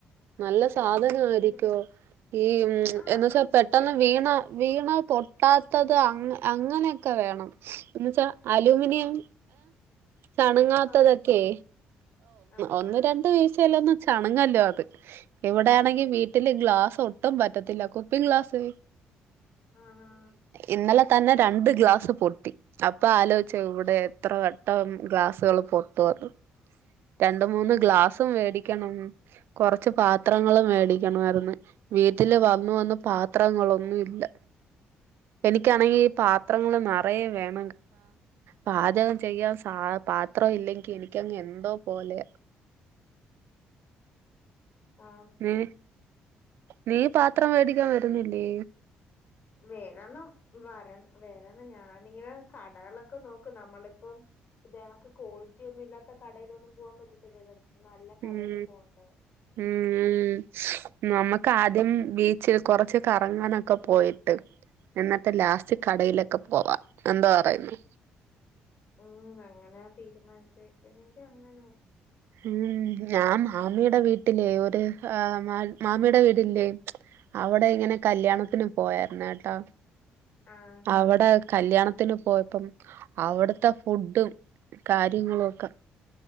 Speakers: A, on the right; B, on the left.
A: നല്ല
B: ഈ ഹോസ്പിറ്റലിന്റെ
A: സാധനം ആയിരിക്കോ ഈ മ്മ്
B: ആഹ്
A: എന്നു
B: അതൊക്കെ
A: വെച്ചാ പെട്ടെന്ന് വീണാ പൊട്ടത്തത് അങ്ങനെ ഒക്കെ വേണം എന്നുച്ചാൽ അലുമിനിയം ചാണങ്ങാത്തത്
B: ആഹ്
A: ഏ
B: ആഹ്
A: ഒന്ന് രണ്ട് വീഴ്ച്ചയിൽ ഒന്നും ചണങ്ങല്ലോ അത് ഇവിടെ ആണെങ്കിൽ
B: ആഹ്
A: വീട്ടിൽ ഗ്ലാസ്‌ ഒന്നും പറ്റത്തില്ല കുപ്പി ഗ്ലാസ്‌
B: ആണോ
A: ഇന്നലെ തന്നെ രണ്ട് ഗ്ലാസ്‌ പൊട്ടി ഇപ്പൊ ആലോചിച്ച ഇവിടെ എത്ര വെട്ടം ഗ്ലാസുകൾ പൊ <inaudible> രണ്ടും മൂന്നും
B: ആഹ്
A: ഗ്ലാസും വേടി ക്കണം കുറച്ചു പത്രങ്ങൾ വേടി ക്കാനായിരുന്നു വീട്ടിൽ വന്നു വന്നു പാത്രങ്ങൾ ഒന്നും ഇല്ല എനിക്കാണെങ്കിൽ
B: ആഹ്
A: ഈ പാത്രങ്ങൾ നിറയെ വേണം പാചകം ചെയ്യാൻ പാത്രം ഇല്ലെങ്കിൽ എനിക്ക് അങ്ങ് എന്തോ പോലെ പോലെയാ
B: ആ
A: നീ നീ പാത്രം വേടിക്കാൻ വരുന്നില്ലേ
B: വെരണം വരണം ഞാൻ ഇങ്ങനെ കടകളിലൊക്കെ നോക്കും ഞമ്മൾ ഇപ്പൊ ഇതിനൊക്കെ ക്വാളിറ്റി ഒന്നും ഇല്ലാത്ത കടയിൽ ഒന്നും പോകാൻ പറ്റത്തില്ലല്ലോ നല്ല കടയിൽ
A: മ്മ്
B: പോകണ്ടേ
A: മ്മ് നമു കാദ്യം ബീച് കുറച്ചു കറങ്ങാൻ ഒക്കെ പോയിട്ട് എന്നിട്ട് ലാസ്റ്റ് കടയിലൊക്കെ പോക എന്ത് പറയുന്നു
B: മ്മ് അങ്ങനെ തീരുമാനിച്ചത് എനിക്ക് അങ്ങനെ
A: മ്മ് ഞാൻ മാമിയുടെ വീട്ടിൽ ഒരു മാമിയുടെ വീട് ഇല്ലേ അവിടെ ഇങ്ങനെ കല്യാണത്തിന് പോയായിരുന്നു കേട്ടോ
B: ആഹ്
A: അവിടെ കല്യാണത്തിന് പോയപ്പം അവിടുത്തെ ഫുഡും കാര്യങ്ങളും ഒക്കെ